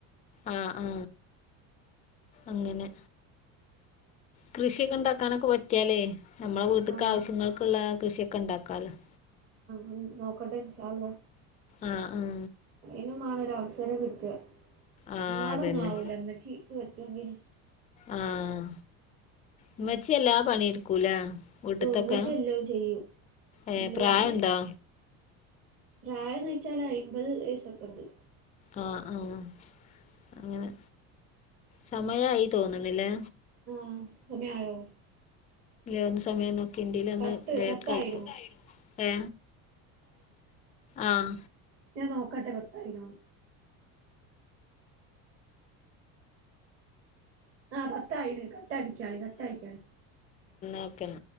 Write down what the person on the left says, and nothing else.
ആ ആ അങ്ങനെ കൃഷിയൊക്കെ ഉണ്ടാക്കാനൊക്കെ പറ്റിയാലേ നമ്മളെ വീട്ടക്ക്
ആവശ്യങ്ങൾക്കുള്ള കൃഷിയൊക്കെ ഉണ്ടാക്കാല് <inaudible>
ആഹ് ആഹ്
ആഹ്
അതന്നെ
ആഹ് ഉമ്മച്ചി എല്ലാ പണിടുക്കൂല വീട്ടത്തൊക്കെ
ഏ
പ്രായുണ്ടോ
ആഹ് ആഹ് അങ്ങനെ സമയമായി തോന്നണില്ലേ
ഒന്ന് സമയ ന കിണ്ടയിലൊന്ന്
ബാക്ക്
ആയി പോയി ഏ ആഹ
ഓക്കെ എന്നാൽ